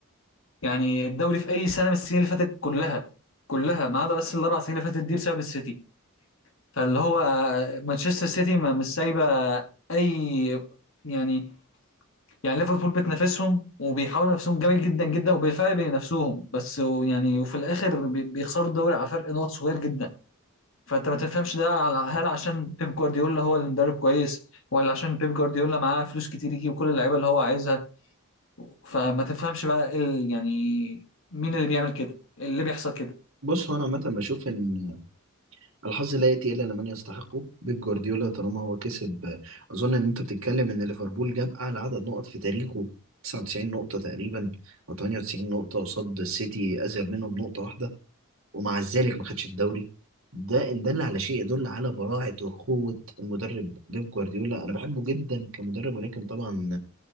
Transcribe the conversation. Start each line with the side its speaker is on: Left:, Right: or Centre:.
Left: يعني الدوري في اي سنه من السنين اللي فاتت كلها كلها ما عدا بس الاربع سنين اللي فاتت دي بسبب السيتي فاللي هو مانشستر سيتي ما مش سايبه اي يعني يعني ليفربول بتنافسهم وبيحاولوا نفسهم جامد جدا جدا وبالفعل بينافسوهم بس يعني وفي الاخر بي- بيخسروا الدوري على فرق نقط صغير جدا فانت ما تفهمش ده على- هل عشان بيب جوارديولا هو المدرب كويس ولا عشان بيب جوارديولا معاه فلوس كتير يجيب كل اللعيبه اللي هو عايزها فما تفهمش بقى إيه ال... يعني مين اللي بيعمل كده إيه اللي بيحصل كده
Right: بص هو انا عامه بشوف ان الحظ لا ياتي الا لمن يستحقه بيب جوارديولا طالما هو كسب اظن ان انت بتتكلم ان ليفربول جاب اعلى عدد نقط في تاريخه 99 نقطه تقريبا او 98 نقطه قصاد السيتي ازيد منه بنقطه واحده ومع ذلك ما خدش الدوري ده ان دل على شيء يدل على براعه وقوه المدرب بيب جوارديولا انا بحبه جدا كمدرب ولكن طبعا